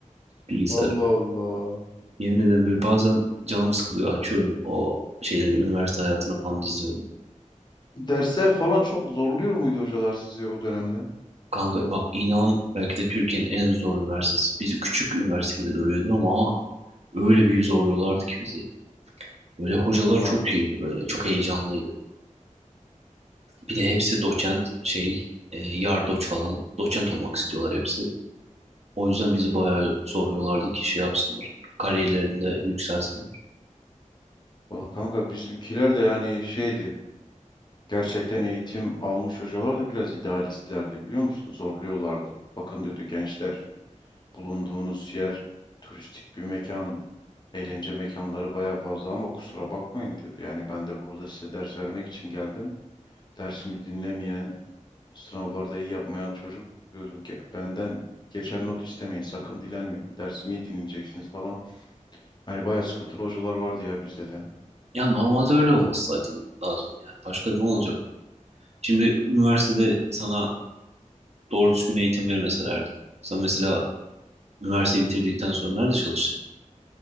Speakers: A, on the right; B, on the left.
A: Bilgisayar.
B: Allah Allah.
A: Yemin ederim böyle bazen canım sıkılıyor. Açıyorum o şeyleri üniversite hayatını falan izliyorum.
B: Dersler falan çok zorluyor muydu hocalar sizi o dönemde?
A: Kanka bak inan belki de Türkiye'nin en zor üniversitesi. Bizi küçük üniversite gibi duruyordu ama öyle bir zorluyorlardı ki bizi. Böyle hocalar
B: Allah
A: çok
B: Allah.
A: şeydi böyle. Çok heyecanlıydı. Bir de hepsi doçent şey e, yardoç falan. Doçent olmak istiyorlar hepsi. O yüzden bizi bayağı zorluyorlardı ki şey yapsınlar. Kariyerlerinde yükselsinler.
B: Valla kanka bizimkiler de yani şeydi. Gerçekten eğitim almış hocalar da biraz idealistlerdi biliyor musun? Zorluyorlardı. Bakın diyordu gençler bulunduğunuz yer turistik bir mekan, eğlence mekanları baya fazla ama kusura bakmayın diyordu. Yani ben de burada size ders vermek için geldim. Dersimi dinlemeyen, sınavlarda iyi yapmayan çocuk diyordu. "Ge- Benden geçer not istemeyin, sakın dilenmeyin. Dersimi iyi dinleyeceksiniz falan. Hani baya sıkıntılı hocalar vardı ya bizde de.
A: Yani normalde öyle olması zaten lazım yani. Başka ne olacak? Şimdi üniversitede sana doğru düzgün eğitim vermeselerdi. Sen mesela üniversiteyi bitirdikten sonra nerede çalışacaksın?